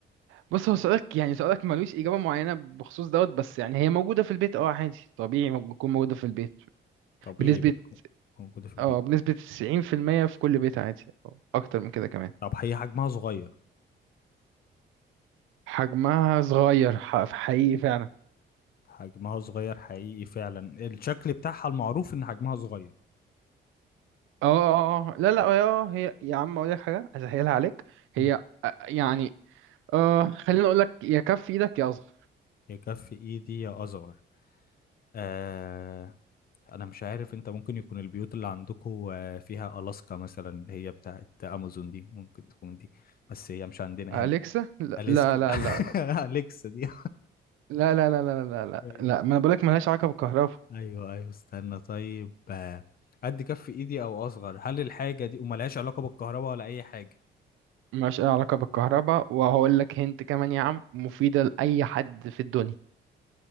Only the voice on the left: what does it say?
طبيعي
بتكون موجودة في البيت
طب هي حجمها صغير
حجمها صغير حقيقي فعلا الشكل بتاعها المعروف إن حجمها صغير
مم.
يكفي إيدي يا أصغر آه انا مش عارف انت ممكن يكون البيوت اللي عندكم فيها الاسكا مثلا اللي هي بتاعت امازون دي ممكن تكون دي بس هي مش عندنا
هنا
اليسكا
<laughs> اليكسا دي
ماشي
ايوه ايوه استنى طيب آه، قد كف ايدي او اصغر هل الحاجه دي وملهاش علاقه بالكهرباء ولا اي حاجه